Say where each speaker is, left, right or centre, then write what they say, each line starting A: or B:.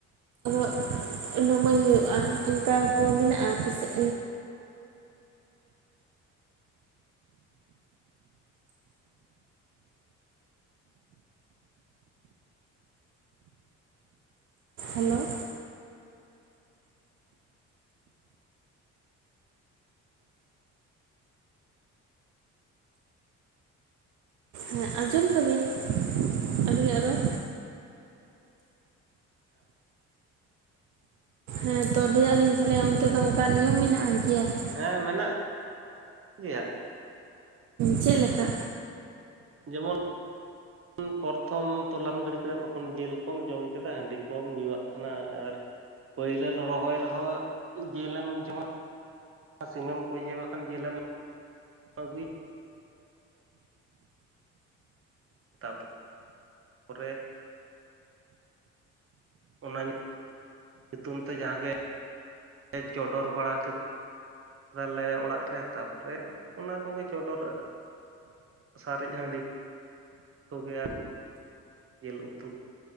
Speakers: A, on the right; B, on the right.
A: <inaudible> ᱱᱟᱢᱟᱹᱭ ᱦᱳᱭᱳᱜᱼᱟ, ᱚᱱᱠᱟ ᱠᱚ ᱢᱤᱱᱟᱜᱼᱟ ᱟᱯᱮᱥᱮᱫ ᱦᱮᱞᱳ ᱾ ᱦᱮᱸ ᱟᱸᱡᱚᱢ ᱫᱟᱵᱤᱱ, ᱟᱹᱞᱤᱧᱟᱜ ᱨᱚᱲ? ᱦᱮᱸ ᱛᱚ ᱞᱟᱹᱭᱟ ᱟᱞᱤᱧ ᱛᱟᱦᱚᱞᱮ ᱚᱱᱛᱮ ᱫᱚ ᱚᱱᱠᱟ ᱱᱤᱭᱚᱢ ᱢᱮᱱᱟᱜ-ᱟ ᱜᱮᱭᱟ ᱾
B: ᱦᱮᱸ ᱢᱮᱱᱟᱜ ᱜᱮᱭᱟ ᱾
A: ᱪᱮᱫ ᱞᱮᱠᱟ
B: ᱡᱮᱢᱚᱱ <inaudible> ᱯᱚᱨᱛᱷᱚᱢ ᱛᱚᱞᱟᱢ ᱜᱤᱰᱤ ᱠᱮᱫᱟ, ᱛᱚᱠᱷᱚᱱ ᱡᱮᱞ ᱠᱚᱢ ᱡᱚᱢ ᱠᱮᱫᱟ, ᱦᱟᱺᱰᱤ ᱠᱚᱢ ᱧᱩᱣᱟᱜ ᱠᱟᱱᱟ ᱟᱨ ᱯᱟᱹᱭᱞᱟᱹ ᱨᱚᱦᱚᱭ ᱨᱮᱦᱚᱸ ᱡᱮᱞᱮᱢ ᱡᱚᱢᱟ ᱥᱤᱢᱮᱢ ᱜᱚᱡᱮᱭᱟ ᱵᱟᱠᱷᱟᱱ ᱡᱮᱞᱮᱢ <inaudible> ᱟᱹᱜᱩ ᱛᱟᱯᱚᱨᱮ ᱚᱱᱟ ᱧᱩᱛᱩᱢ ᱛᱮ ᱡᱟᱦᱟᱸ ᱜᱮ ᱪᱚᱰᱚᱨ ᱵᱟᱲᱟ ᱛᱟᱞᱮ ᱚᱲᱟᱜ ᱨᱮ ᱛᱟᱯᱚᱨᱮ ᱚᱱᱟ ᱠᱚᱜᱮ ᱪᱚᱰᱚᱨ ᱥᱟᱨᱮᱡ ᱦᱟᱺᱰᱤ ᱠᱚᱜᱮ ᱟᱨ ᱡᱮᱞ ᱩᱛᱩ